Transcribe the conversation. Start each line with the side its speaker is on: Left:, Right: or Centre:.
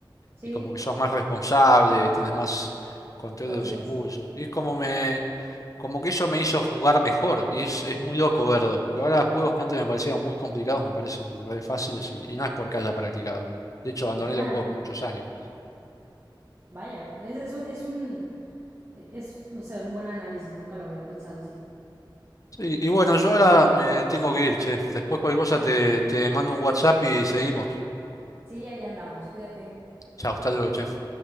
Right: sí,
Left: y como que sos más responsable, tenés más control
Right: conciencia.
Left: de los impulsos. Y es como me, como que eso me hizo jugar mejor y es, es muy loco verlo, porque ahora juegos que antes me parecían muy complicados me parecen re fáciles y, y no es porque haya practicado. De hecho, abandoné
Right: <laughs>
Left: los juegos por muchos años.
Right: Vaya, es, es un, es un, es, no sé, un buen análisis, nunca lo había pensado así.
Left: Y, y bueno, yo ahora me tengo que ir, che. Después cualquier cosa
Right: Dale.
Left: te, te mando un WhatsApp y seguimos.
Right: Sí, ahí andamos, cuídate.
Left: Chao, hasta luego, che.